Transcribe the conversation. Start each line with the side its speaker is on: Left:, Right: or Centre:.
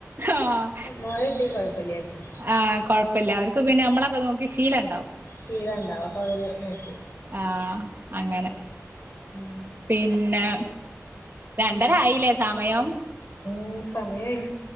Right: ആഹ്
Left: മോളില്ല ങ്കി കൊഴപ്പല്ലായിരുന്നു
Right: ആഹ് കൊഴപ്പല്ല അവർക്ക് പിന്നെ നമ്മളൊക്കെ നോക്കി ശീലണ്ടാവും
Left: ശീലം ഉണ്ടാവും അപ്പൊ അവര് നോക്കും
Right: ആഹ് അങ്ങനെ
Left: അതാണ്. ഉം
Right: പിന്നെ രണ്ടരയിലെ സമയം
Left: ഉം സമയായി